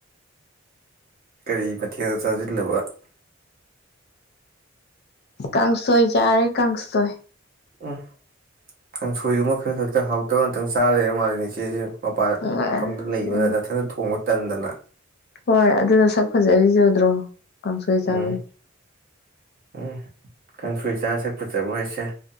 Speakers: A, on the right (about 45°); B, on the left (about 50°).
A: ꯀꯔꯤ ꯃꯊꯦꯜ ꯆꯥꯖꯤꯜꯂꯕ
B: ꯀꯥꯡꯁꯣꯏ ꯆꯥꯔꯦ ꯀꯥꯡꯁꯣꯏ
A: ꯎꯝ ꯀꯥꯡꯁꯣꯏꯒꯨꯝꯕ ꯈꯔ ꯈꯛꯇ ꯍꯥꯎꯇꯒ ꯉꯇꯪ ꯆꯥ ꯂꯩꯔꯥ ꯃꯥꯜꯂꯦꯅꯦ ꯏꯆꯦꯁꯦ ꯃꯄꯥꯥꯟ
B: ꯎꯝ
A: ꯀꯝꯗ ꯂꯩꯕꯗ
B: ꯎꯝ
A: ꯅꯊꯟꯇ ꯊꯣꯡꯕ ꯇꯟꯗꯅ
B: ꯍꯣꯏ ꯑꯗꯨꯅ ꯁꯛ ꯐꯖꯔꯤꯁꯦ ꯎꯗ꯭ꯔꯣ ꯀꯥꯡꯁꯣꯏ ꯆꯥꯕꯩ
A: ꯎꯝ ꯎꯝ ꯀꯥꯡꯁꯣꯏ ꯆꯥꯔ ꯁꯛ ꯐꯖꯕ꯭ꯔꯣ ꯍꯥꯏꯁꯦ